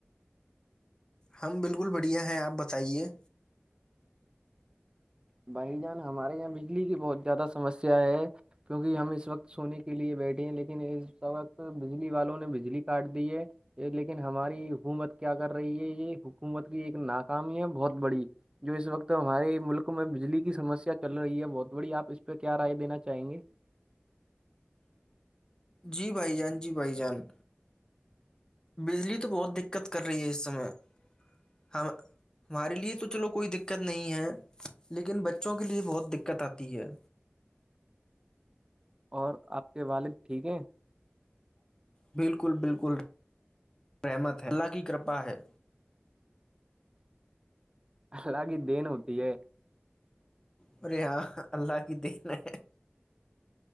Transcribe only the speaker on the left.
ہم بالکل بڑھیا ہیں آپ بتائیے
جی بھائی جان جی بھائی جان بجلی تو بہت دقت کر رہی ہے اس سمے ہم ہمارے لیے تو چلو کوئی دقت نہیں ہے لیکن بچوں کے لیے بہت دقت آتی ہے
بالکل بالکل رحمت ہے اللہ کی کرپا ہے
اوررے ہاں اللہ کی د ہے